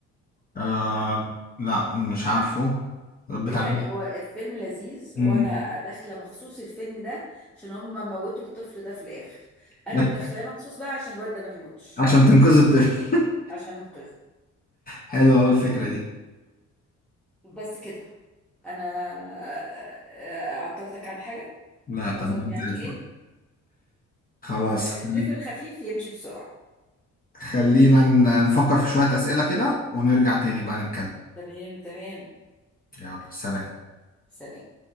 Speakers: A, on the left (about 30°); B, in the centre.
A: أه لا مش عارفه بتاع
B: يعني
A: مين؟
B: هو الفيلم لذيذ
A: مم.
B: وانا داخله مخصوص الفيلم ده عشان هم موتوا الطفل ده في الاخر انا
A: لا،
B: داخله مخصوص بقى عشان الواد ده ما يموتش
A: عشان تنقذ الطفل <laughs>
B: عشان انقذه
A: حلوة أوي الفكرة دي
B: بس كده انا آه، آه، عطلتك عن حاجه
A: لا تمام
B: اظن يعني
A: زي الفل
B: ايه
A: خلاص
B: الضيف الخفيف يمشي بسرعه
A: خلينا ن- نفكر في شوية أسئلة كده ونرجع تاني بقى نتكلم
B: تمام تمام
A: يلا سلام
B: سلام